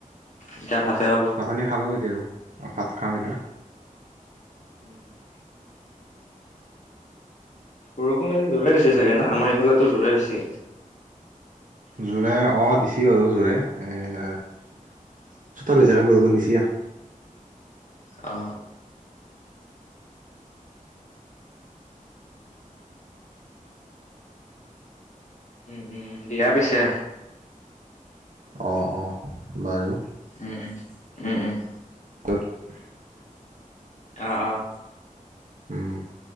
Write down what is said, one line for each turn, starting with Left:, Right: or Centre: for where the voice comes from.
Left: এতিয়া ভাতে হ'ব
Right: চাত পানী খালো এতিয়া ভাত খাাম এতিয়া
Left: উ উম উম বৰষুণ আজি জোৰে দিছে চাগো আমাৰ এইফালেতো জোৰেই দিছে
Right: জোৰে অঁ দিছ আৰু যোৰে চোতাল হৈ যায়গৈ বৰষুণ দিছা
Left: অ উম', উম' দিয়া পিছে।
Right: অহ', অহ' বাৰু।
Left: উম', উম'। উম', উম'।
Right: <unintelligible>
Left: অহ', অহ'।
Right: উম।